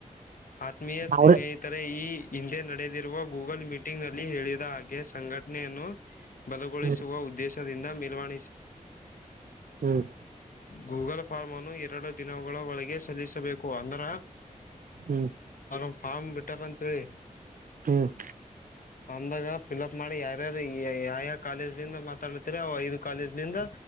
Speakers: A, on the left; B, on the right.
A: ಹಾತ್ಮಿಯ ಸೇನೆ.
B: ಅವ್ರ
A: ತರೆ ಈ ಹಿಂದೆ ನಡೆದಿರುವ ಗೂಗಲ್ ಮೀಟಿಂಗ್ ನಲ್ಲಿ ಹೇಳಿದ ಹಾಗೆ ಸಂಘಟನೆಯನ್ನು. ಬಲಗೊಳಿಸುವ
B: ಹ್ಮ್
A: ಉದ್ದೇಶದಿಂದ ಮೇಲ್ವಣಿಸಿದೆ.
B: ಹ್ಮ್.
A: ಗೂಗಲ್ ಫಾರ್ಮ್ ಅನ್ನು ಎರಡು ದಿನಗಳ ಒಳಗೆ ಸಲ್ಲಿಸಬೇಕು ಅಂದರ.
B: ಹ್ಮ್.
A: ಅವ್ರೊಂದು ಫಾರ್ಮ್ ಬಿಟ್ಟಾರ ಅಂತೇಳಿ.
B: ಹ್ಮ್.
A: ಫಾಮ್ದಾಗ ಫಿಲ್ಅಪ್ ಮಾಡಿ ಯಾರ್ಯಾರ ಯ ಯಾ ಯಾ ಕಾಲೇಜ್ನಿಂದ ಮಾತಾಡ್ತಿರಿ ಅವ್ ಐದು ಕಾಲೇಜ್ನಿಂದ.